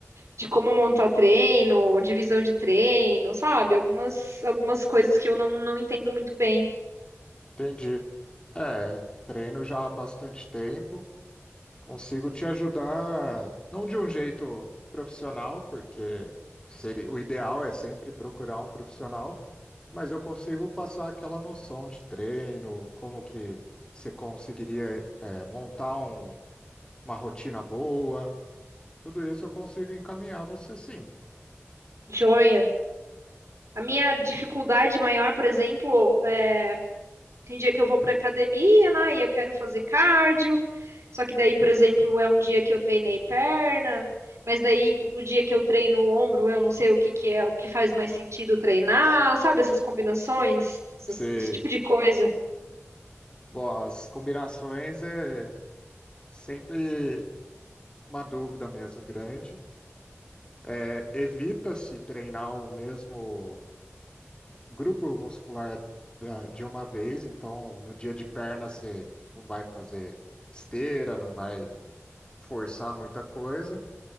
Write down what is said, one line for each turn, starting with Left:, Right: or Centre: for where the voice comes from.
Right: de como montar treino, divisão de treino, sabe? Algumas, algumas coisas que eu não, não entendo muito bem.
Left: entendi. É, treino já há bastante tempo, consigo te ajudar, não de um jeito profissional, porque seria, o ideal é sempre procurar um profissional, mas eu consigo passar aquela noção de treino, como que você conseguiria, é, montar um- uma rotina boa, tudo isso eu consigo encaminhar você sim.
Right: Joia. A minha dificuldade maior, por exemplo, é Tem dia que eu vou pra academia, né? E eu quero fazer cardio. Só que daí, por exemplo, é um dia que eu treinei perna, mas daí no dia que eu treino o ombro, eu não sei o que que é, o que faz mais sentido treinar, sabe? Essas combinações, essas-
Left: Você
Right: esse tipo de coisa.
Left: Bom, as combinações é sempre uma dúvida mesmo grande. É, evita-se treinar o mesmo grupo muscular da- de uma vez, então no dia de perna você não vai fazer esteira, não vai forçar muita coisa,